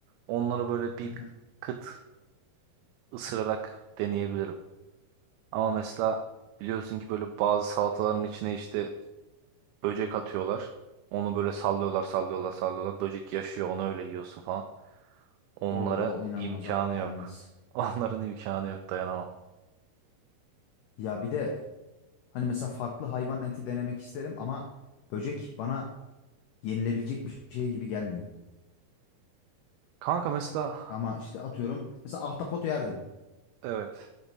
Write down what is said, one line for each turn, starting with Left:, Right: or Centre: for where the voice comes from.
Right: Onları böyle bir
Left: Hı hı.
Right: kıt ısırarak deneyebilirim. Ama mesela biliyorsun ki böyle bazı salataların içine işte Böcek atıyorlar. Onu böyle sallıyorlar, sallıyorlar, sallıyorlar. Böcek yaşıyor, onu öyle yiyorsun falan. Onlara
Left: O, o inanılmaz
Right: imkanı
Left: abi o
Right: yok.
Left: yenmez.
Right: <laughs> Onların imkanı yok, dayanamam.
Left: Ya bir de hani mesela farklı hayvan eti denemek isterim ama böcek bana yenilebilecek bir şey gibi gelmiyor.
Right: Kanka mesela
Left: Ama işte atıyorum mesela ahtapot yerdim.
Right: evet,